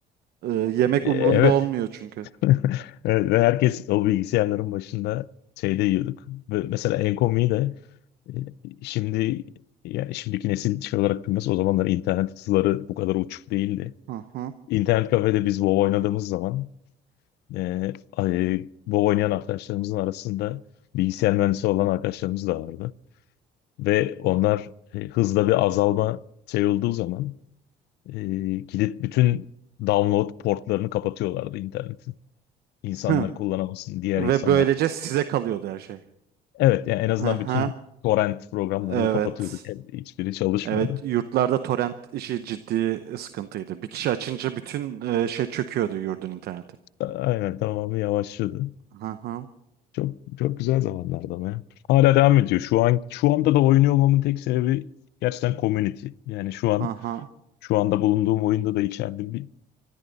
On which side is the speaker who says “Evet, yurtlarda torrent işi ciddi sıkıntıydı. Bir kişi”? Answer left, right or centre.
Right